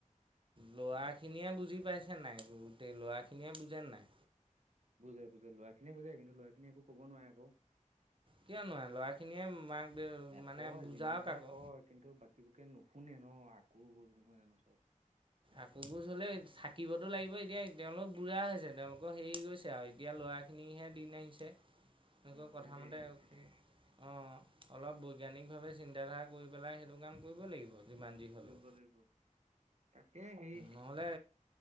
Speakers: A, on the right (about 40°); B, on the right (about 60°).
A: লোৱা খিনিয়ে বুজি পাইছে নাই গোটেই ল'ৰাখিনিয়ে বুজে নাই
B: বুজে বুজে ল'ৰা খিনিয়ে বুজাই কিন্তু ল'ৰাখিনি একো ক'ব নোৱাৰে আক
A: কিয় নোৱাৰে ল'ৰাখিনিয়ে মাক
B: এ
A: মানে
B: কয়
A: বুজাওক
B: যিমান পাৰে
A: আক
B: কয় কিন্তু বাকীবোৰকে নুশুনে ন আকৌ বোজ নহয় জানো চব
A: আকোৰগোছ হ'লে থাকিবতো লাগিব এতিয়া তেওঁলোক বুঢ়া হৈছে তেওঁলোকৰ হেৰি গৈছে আৰু এতিয়া ল'ৰাখিনিহে দিন আহিছে এনেকৈ
B: অ
A: কথামতে
B: সেইটোৱে সেইটোৱে
A: কি অঁ অলপ বৈজ্ঞানিক ভাৱে চিন্তাধাৰা কৰি পেলাই সেইটো কাম কৰিবই লাগিব যিমান যি হ'লেও
B: কৰিব লাগিব তাকে সেই
A: নহ'লে